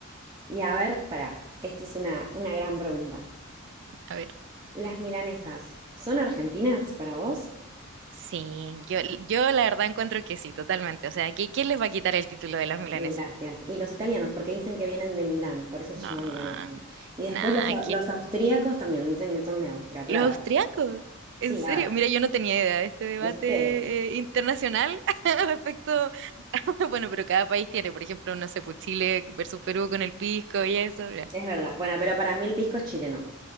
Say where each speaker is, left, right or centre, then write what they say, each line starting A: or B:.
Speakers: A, on the right; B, on the right.
A: Y a ver, para, esto es una, una gran pregunta.
B: A ver.
A: ¿Las milanesas son argentinas para vos?
B: Sí, yo, yo la verdad encuentro que sí, totalmente. O sea, ¿qué- ¿quién les va a quitar el título de las milanesas?
A: Gracias. Y los italianos, porque dicen que vienen de Milán, por eso
B: No,
A: se llama milanesa. Y después
B: nada,
A: los, au- los austríacos también dicen que son de Austria, pero
B: Los
A: a ver,
B: austriacos,
A: sí,
B: en serio.
A: a ver,
B: Mira, yo no tenía idea de este debate
A: ¿viste?
B: eh, internacional <laughs> respecto, <laughs> bueno, pero cada país tiene, por ejemplo, no sé, pues Chile versus Perú con el pisco y eso. ya.
A: Es verdad. Bueno, pero para mí el pisco es chileno.